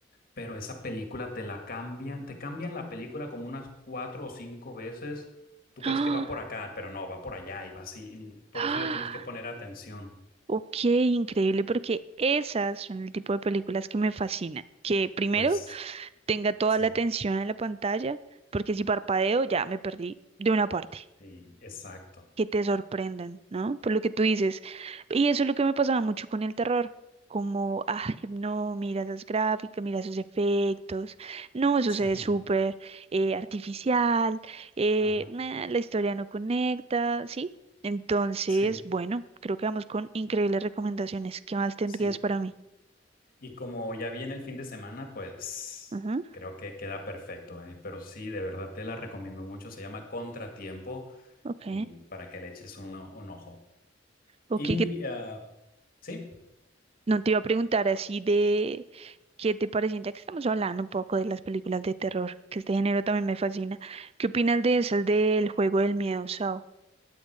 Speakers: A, on the left; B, on the right.
A: pero esa película te la cambian, te cambian la película como unas cuatro o cinco veces. Tú
B: ¡Ah!
A: crees que va por acá, pero no, va por allá y va así. y por
B: ¡Ah!
A: eso le tienes que poner atención.
B: Ok, increíble, porque esas son el tipo de películas que me fascinan. Que primero
A: Pues
B: tenga toda
A: sí,
B: la atención en la pantalla, porque si parpadeo ya me perdí de una parte.
A: sí, exacto.
B: que te sorprendan, ¿no? Por lo que tú dices. Y eso es lo que me pasaba mucho con el terror. Como, ay, no, mira esas gráficas, mira esos efectos, no, eso
A: Sí,
B: se ve súper eh, artificial, eh,
A: <laughs> ajá,
B: nah, la historia no conecta, ¿sí? Entonces,
A: sí.
B: bueno, creo que vamos con increíbles recomendaciones. ¿Qué más tendrías
A: Sí,
B: para mí?
A: Y como ya viene el fin de semana, pues
B: Ajá,
A: creo que queda perfecto, ¿eh? Pero sí, de verdad te la recomiendo mucho. Se llama Contratiempo
B: Ok,
A: y para que le eches un, o- un ojo.
B: ok,
A: Y
B: ¿qué
A: ah, sí,
B: No te iba a preguntar así de qué te parecían, ya que estamos hablando un poco de las películas de terror, que este género también me fascina. ¿Qué opinas de esas del juego del miedo, Sao?